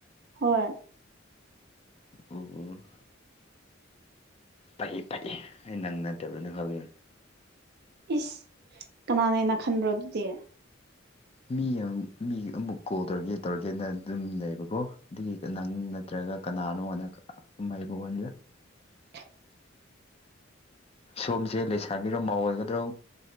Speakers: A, on the right; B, on the left.
A: ꯍꯣꯏ
B: ꯎꯝ ꯎꯝ ꯐꯩ ꯐꯩ ꯑꯩ ꯅꯪ ꯅꯠꯇ꯭ꯔꯕꯅ ꯈꯜꯂꯨꯔꯦ
A: ꯏꯁ ꯀꯅꯥꯅꯦꯅ ꯈꯟꯕ꯭ꯔꯣ ꯑꯗꯨꯗꯤ
B: ꯃꯤ ꯌꯥꯝ ꯃꯤꯒꯤ ꯑꯃꯨꯛ ꯀꯣꯜ ꯇꯧꯔꯒꯦ ꯇꯧꯔꯒꯦꯅ ꯑꯗꯨꯝ ꯂꯩꯌꯦꯕꯀꯣ ꯑꯗꯨꯒꯤ ꯅꯪ ꯅꯠꯇ꯭ꯔꯒ ꯀꯅꯥꯅꯣꯅ ꯁꯨꯝ ꯍꯥꯏꯕ ꯋꯥꯅꯤꯗ
A: <unintelligible>
B: ꯁꯣꯝꯖꯦ ꯂꯩꯁꯥꯕꯤꯔꯣ ꯃꯧ ꯑꯣꯏꯒꯗ꯭ꯔꯣ